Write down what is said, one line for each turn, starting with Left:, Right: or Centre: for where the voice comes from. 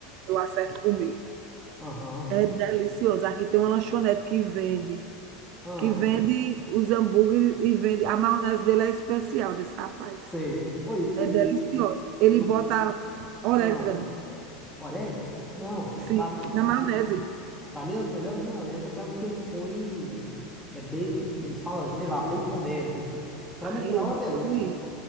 Right: eu acerto comer.
Centre: Aham.
Right: É delicioso. Aqui tem uma lanchonete que vende,
Centre: Ah,
Right: que vende os hambúrgueres e vende. A maionese dele é especial, desse rapaz.
Centre: sei. Oi,
Right: É
Centre: e
Right: deliciosa. Ele
Centre: eu.
Right: bota orégano,
Centre: Ah. Orégano? Não,
Right: sim,
Centre: para mim,
Right: na maionese.
Centre: para mim, para mim as melhores maioneses é aquelas que eles põem é bacon. Eles falam, sei lá, baconese. Para
Right: Ai,
Centre: mim que lá
Right: eu
Centre: é uma
Right: nunca
Centre: delícia.
Right: vi.